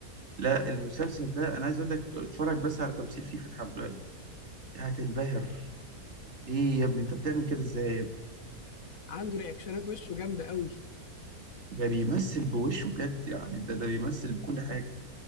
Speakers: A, on the right; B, on the left.
A: لا المسلسل ده انا عايز اقول لك اتفرج بس على تمثيل فيه فتحي عبد الوهاب هتنبهر ايه يا ابني انت بتعمل كده ازاي يا ابني؟
B: عنده رياكشنات وشه جامده قوي
A: ده بيمثل بوشه بجد يعني ده ده بيمثل بكل حاجه